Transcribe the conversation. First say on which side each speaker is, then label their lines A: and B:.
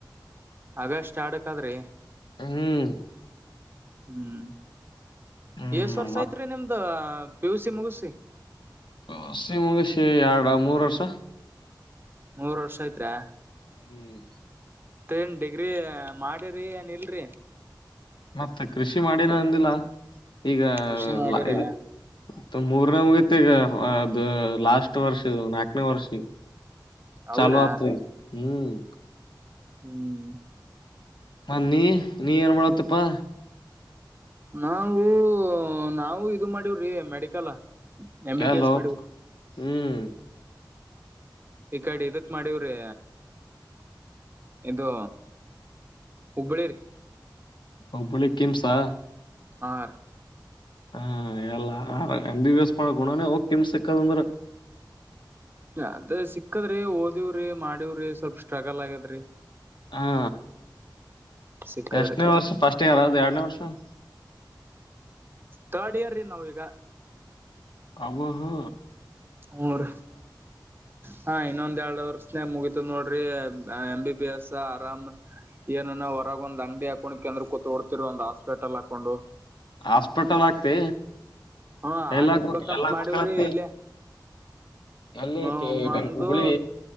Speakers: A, on the right; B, on the left.
A: ಆಗಷ್ಟ ಆಡಕ್ದ್ರಿ
B: ಹ್ಮ್
A: ಹ್ಮ್
B: ಹ್ಮ್
A: ಏಷ್ಟ ವರ್ಷ
B: ಮತ್
A: ಐತ್ರಿ ನಿಮ್ದ ಪೇಿಸಿ ಮುಗುಿಸಿ
B: ಹಸ ಮುಗಿಸಿ ಎರಡು ಮೂರ್ ವರ್ಷ
A: ಮೂರ್ ವರ್ಷ ಐತ್ರಾ
B: ಹ್ಮ್
A: ೇನ್ ಡಿಗ್ರಿ ಮಾಡಿರಿ ಏನ್ ಇಲ್ರಿ
B: ಮತ್ತ ಕೃಷಿ ಮಾಡಿನ ಅಂದಿಲ್ಲ ಈಗ
A: ಕೃಷಿ ಮಾಡಿರಿ
B: ಇದು ಮೂರ್ನೇ ಮುಗ ಗ ಅದು ಲಾಸ್ಟ್ ವರ್ಷ ನಾಲ್ಕನೇ ವರ್ಷ
A: ಹೌದ್ರಾ
B: ಚಲೋ ಆತ ಹ್ಮ್
A: ಹ್ಮ್
B: ಮನ್ನಿ ನೀ ಏನ್ ಮಾಡತ್ತಪ್ಪಾ
A: ನಾವು ನಾವವು ಇದು ಮಾಡಿವ್ರಿ medical M B
B: hello
A: B S ಮಾಡೀವ್ರಿ
B: ಹ್ಮ್
A: ಈ ಕಡೆ ಇದಕ್ ಮಾಡಿವ್ರಿ ಇದು ಹುಬ್ಬಳಿ ರರಿ
B: ಹಬನಿ ಕೆಮ್ಸಾ
A: ಹಾ ರೀ
B: ಹಾ ಎಲ್ಲ ಎ ವಸ್ ಮಾಡ ಗುಣಾನೇ ಹೋಗಕಮ ಸಿಕ್ಕದಂದ್ರ
A: ಅದ ಸಿಕ್ಕದ್ರಿ ಓದವ್ರಿ ಮಾಡವ್ರಿ ಸ್ವಲ್ಪ ಸ್ಟ್ರಗಲ್ ಆಗ್ಯದ್ರಿ
B: ಹಾ
A: ಸಿಕ್ಕದ್ರಿ
B: ಎಷ್ಟನೇ ವರ್ಷ ಫಸ್ಟ್ ಇಯರ್ ಅದು ಎರಡನೇ ವರ್ಷ ಅ
A: ತರ್ಡ್ ಇಯರ್ ರೀ ನಾವವು ಈಗ
B: ಹಬ ಹಾ
A: ಮೂಊರ ಹಾ ಇನ್ನೊಂದ ಎರ ವರ್ಷನೆ ಮುಗಿತದ್ ನೋಡ್ರಿ ಎಂ ಬಿ ಎಸ್ ಆರಾಮ್ ಏನನ ಹೊರಗ ಒಂದ್ ಅಂಗಡಿ ಹಾಕೊಂಡ್ ಕೆಂದ್ರ ಕೂತ್ಡ್ತಿರಿ ಒ್ ಹಾಸ್ಪಿಟಲ್ ಹಾಕೊಂಡು
B: ಹಾಸ್ಪಿಟಲ್ ಆಗ್ತಿ
A: ಹಾ ಹಾಕ್ಬೇಕಂತ
B: ಎಲ್ಲ ಎಲ್ಲ
A: ಮಾಡವ್ರಿ
B: ಗೊತ್ತತಿ
A: ಇಲ್ಲೇ
B: ಅಲ್ಲಿ
A: ಹ್ಮ ನಮ್ದು
B: ಹುಬ್ಳಿ